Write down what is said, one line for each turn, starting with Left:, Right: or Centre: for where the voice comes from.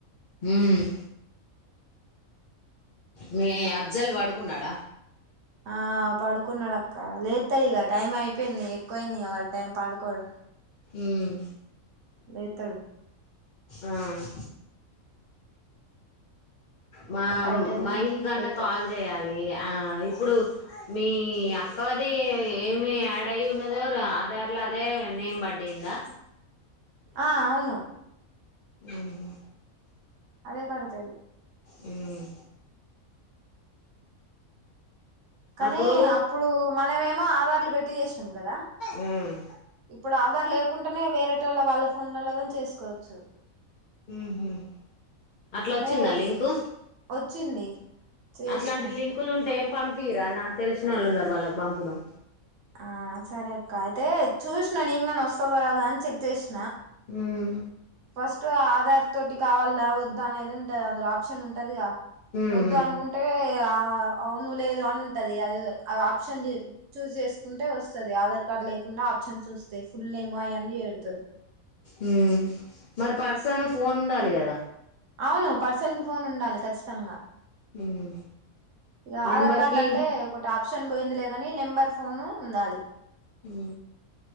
Left: హూమ్ మీ అబ్జల్ వడుకున్నాడ?
Right: ఆ -పడుకున్నడక్క లేతై ఇగ టైం అయ్ పొయింది. ఎక్కువ అయింది. ఇగ వాడ్ టైం పడుకోడం.
Left: ఊమ్,
Right: లేతాడు
Left: ఆ- మామ్,
Right: ఒక ఫైవ్ టెన్
Left: మయన
Right: మినిట్స్
Left: కన్న
Right: లేతాడు
Left: కాల్ జెయాలీ ఆ యిప్పుడు, మీ అక్కది ఏమేమి యాడ్ అయి ఉన్నదొ రా ఆధార్ ల అదె నేమ్ బడింది. యిందా
Right: ఆ ఔను.
Left: ఉహు,
Right: అదె పడతది
Left: ఉమ్
Right: కాని
Left: అప్పుడు
Right: అప్పుడు మనవేమొ ఆధార్లు బెట్టి జేస్ నమ్ గద,
Left: మ్
Right: ఇప్పుడు ఆద్- ఆదార్ లేకుంటనె వేరెటోళ్ళ, వాళ్ళ ఫోన్లలొగాని చేస్ కోవచ్చు.
Left: ఊహు అట్ల
Right: అంటే
Left: ఒచ్చింద లింకు,
Right: వచ్చింది చేసినాం
Left: అట్లాంటి లింకులుంటె? పంపియర, నాక్ తెల్ సినోళ్ళు ఉన్నరు, వాళ్ళకి బంపుదం.
Right: ఆ సరె అక్క అయితే, చూస్ న నీంగాని వస్తదొ రాదొ అని చెక్ జేస్-
Left: ఊమ్
Right: ఫస్టు ఆధార్ తోటి కావల్- అల వద్దు అనేది ఉంటది, అందులొ ఆప్షన్ ఉంటది, ఇగ
Left: ఉమ్
Right: వద్దు అనుకుంటే ఆ- ఔను లేదు అన్ ఉంటది. అదేదొ అగ్ ఆప్షన్ లేదు, చూజ్ జేస్ కుంటె వస్తది. ఆధార్ కార్డ్ లేకుండ- చన్స్ వస్తె, ఫుల్ ఏము అయన్ని యేడుతారు.
Left: ఉమ్మ్, ఉమ్మ్, మర్ పర్సును ఫోన్ ఉండాలి గద?
Right: ఔను, పర్సన్ కి ఫోన్ ఉండలి ఖచ్చితంగ.
Left: ఉమ్
Right: యిగ
Left: నెంబర్కి
Right: ఆధార్ కార్డ్ అంటె, ఒక టాపిక్ - ఆప్షన్ బొయిందిలెగాని, నెంబర్ ఫోను ఉండాలి.
Left: ఊ